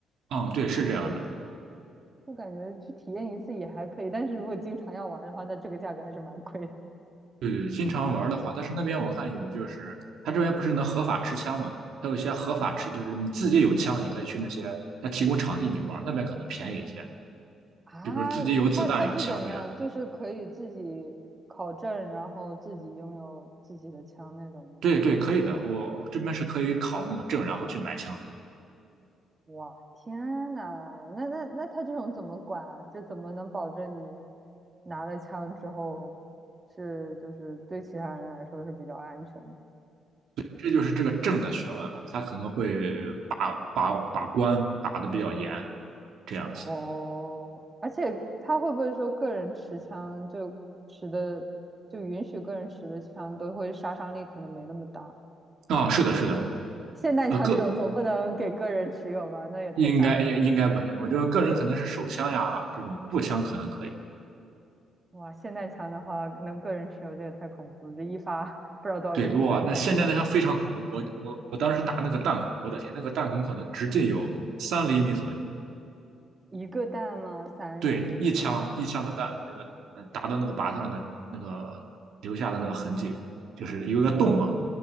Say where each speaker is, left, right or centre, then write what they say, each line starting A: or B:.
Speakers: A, on the right; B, on the right.
A: 啊、对，是这样的。
B: 就感觉去体验一次也还可以，但是如果经常要玩的话，那这个价格还是蛮贵的
A: 对对，经常玩的话，但是那边我看有，就是他这边不是能合法持枪嘛？他有些合法持，就是你自己有枪，你可以去那些他提供场地你玩，那边可能便宜一些。
B: 啊。
A: 就比如自己有子弹、
B: 它它是怎样？
A: 有枪这样的。
B: 就是可以自己考证，然后自己拥有自己的枪那种吗？
A: 对对，可以的。我这边是可以考那个证，然后去买枪。
B: 哇，天呐，那那那他这种怎么管啊？就怎么能保证你拿了枪之后是就是对其他人来说是比较安全的？
A: 这就是这个证的学问了，他可能会把把把关打的比较严，这样子。
B: 哦，而且他会不会说个人持枪就持的就允许个人持的枪都会杀伤力可能没那么大？
A: 啊、是的，是的。
B: 霰弹枪这种总不能给个人持有吧？
A: 呃，个
B: 那也太吓人了
A: 应该应应该不行，我觉得个人可能是手枪呀，这种步枪可能可以。
B: 哇，霰弹枪的话能个人持有，这也太恐怖了！这一发不知道多少个子弹下去了
A: 对，哇，那现在那枪非常恐怖，我我我当时打那个弹孔，我的天，那个弹孔可能直径有三厘米左右。
B: 一个弹吗？三厘米？
A: 对，一枪一枪的弹，那个呃打到那个靶子上的那个留下的那个痕迹，就是有一个洞啊，
B: 哇